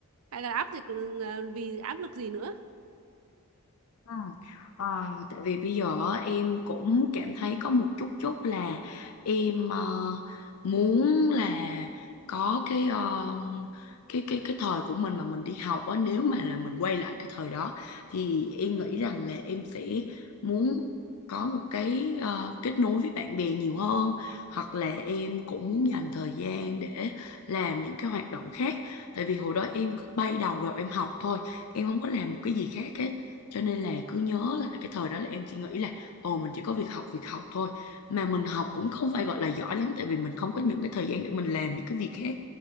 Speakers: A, on the right; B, on the left.
A: hay là áp lực ờ, vì áp lực gì nữa
B: Ừ. Ờ, tại vì bây giờ á, em cũng cảm thấy có một chút chút là em ờ, muốn là có cái ờ, cái cái cái thời của mình mà mình đi học á nếu mà là mình quay lại cái thời đó thì em nghĩ rằng là em sẽ muốn có một cái ờ, kết nối với bạn bè nhiều hơn hoặc là em cũng muốn dành thời gian để làm những cái hoạt động khác tại vì hồi đó em cứ bay đầu vào em học thôi em không có làm một cái gì khác hết cho nên là cứ nhớ là cái thời đó là em chỉ nghĩ là ồ mình chỉ có việc học việc học thôi mà mình học cũng không phải gọi là giỏi lắm tại vì mình không có những cái thời gian để mình làm những cái việc khác